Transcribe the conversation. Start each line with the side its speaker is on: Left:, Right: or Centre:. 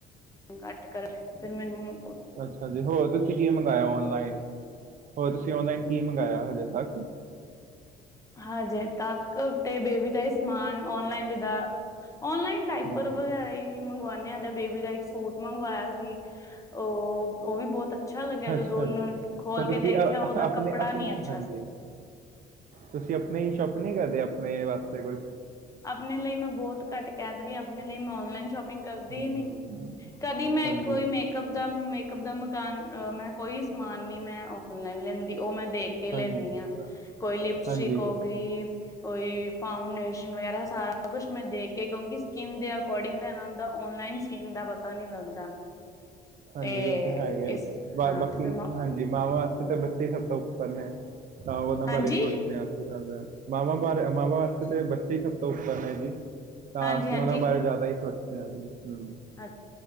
Left: ਘੱਟ ਕਰ। ਫਿਰ ਮੈਂਨੂੰ
Right: ਅੱਛਾ ਜੀ। ਹੋਰ ਤੁਸੀਂ ਕੀ ਮੰਗਾਇਆ ਔਨਲਾਈਨ? ਹੋਰ ਤੁਸੀਂ ਔਨਲਾਈਨ ਕੀ ਮੰਗਾਇਆ ਹਜੇ ਤੱਕ?
Left: ਹਜੇ ਤੱਕ ਤੇ ਬੇਬੀ ਦੇ ਸਮਾਨ ਔਨਲਾਈਨ ਜਿੱਦਾਂ, ਔਨਲਾਈਨ ਡਾਇਪਰ
Right: ਹਮ,
Left: ਵਗੈਰਾ ਈ। ਈ ਮੰਗਵਾਣੇ ਆ। ਜਾਂ ਬੇਬੀ ਦਾ ਇੱਕ ਸੂਟ ਮੰਗਵਾਇਆ ਸੀ, ਔ- ਔਵੀ ਬੋਤ ਅੱ ਅੱਛਾ ਲੱਗਿਆ। ਜਦੋਂ
Right: ਅੱਛਾ
Left: ਉਹਨੂੰ
Right: ਜੀ
Left: ਖੋਲ
Right: ਤਾਂ ਤੁਸੀਂ
Left: ਕੇ ਦੇਖਿਆ
Right: ਅ-
Left: ਉਹਦਾ
Right: ਆਪਣੇ
Left: ਕੱਪੜਾ
Right: ਆਪਣੀ
Left: ਨੀ ਅੱਛਾ
Right: ਹਾਂਜੀ
Left: ਸੀ।
Right: ਤੁਸੀਂ ਆਪਣੀ ਲਈ ਸੋਪਿੰਗ ਨੀ ਕਰਦੇ, ਆਪਣੇ ਵਾਸਤੇ ਕੋਈ?
Left: ਆਪਣੇ ਲਈ ਮੈਂ ਬਹੁਤ ਘੱਟ ਕਹਿ ਤ ਰਹੀ ਆਪਣੇ ਲਈ ਮੈਂ ਔਨਲਾਈਨ ਸ਼ੋਪਿ ਪਿੰਗ ਕਰਦੀ
Right: ਹਮ,
Left: ਨੀ, ਕਦੀ ਮੈਂ
Right: ਹਾਂਜੀ
Left: ਕੋਈ ਮੇ ਕਪ ਦਾ, ਮੇਕਅਪ ਦਾ ਮਕਾਨ, ਅ ਮੈਂ ਕੋਈ ਸਮਾਨ ਨੀ ਮੈਂ ਔ ਓਨਲਾਈਨ ਨੀ ਲੈਂਦੀ, ਓਹ ਮੈਂ ਦੇਖ ਕੇ ਲੈਂਨੀ
Right: ਹਾਂਜੀ
Left: ਆਂ ਕੋਈ ਲਿਪਸਟਿਕ
Right: ਹਾਂਜੀ
Left: ਹੋ ਗ ਈ ਕੋਈ ਫਾਉੰਡੇਸ਼ ਵਗਰਾ ਸਾਰਾ ਕੁਛ ਮੈਂ ਦੇਖ ਕੇ ਕਿਉਂਕਿ ਸਕਿੰਨ ਦੇ ਅਕੋਰਡਿੰਗ ਲੈਨਾ ਹੁੰਦਾ, ਔਨਲਾਈਨ ਸਕਿੰਨ ਦਾ ਪਤਾ ਨੀ ਲੱਗਦਾ।
Right: ਹਾਂਜੀ,
Left: ਤੇ
Right: ਉਹ ਤਾਂ ਹੈ ਹੀ ਹੈ,
Left: ਇਸ
Right: ਯਾ
Left: ਹਾਂ
Right: ਬਾਕੀ
Left: ਤੇ ਫਿਰ ਮੈਂ
Right: ਹਾਂਜੀ! ਜੀ ਮਾਵਾਂ ਵਾਸਤੇ ਤਾਂ ਬੱਚੇ ਸਭ ਤੋਂ ਉੱਪਰ ਨੇ, ਤਾਂ ਉਹਨਾਂ
Left: ਹਾਂਜੀ
Right: ਬਾਰੇ ਸੋਚਦੇ ਹਾਂ। ਸਹੀ ਗੱਲ ਹੈ। ਮਾਵਾਂ ਬਾਰੇ, ਮਾਵਾਂ ਵਾਸਤੇ ਤੇ ਬੱਚੇ ਈ ਸਭ ਤੋਂ ਉੱਪਰ ਨੇ ਜੀ। ਤਾਂ
Left: ਹਾਂਜੀ
Right: ਅਸੀਂ
Left: ਹਾਂਜੀ
Right: ਉਹਨਾਂ ਬਾਰੇ ਜ਼ਿਆਦਾ ਹੀ ਸੋਚਦੇ ਹਾਂ ਜੀ, ਹੂੰ
Left: ਅੱ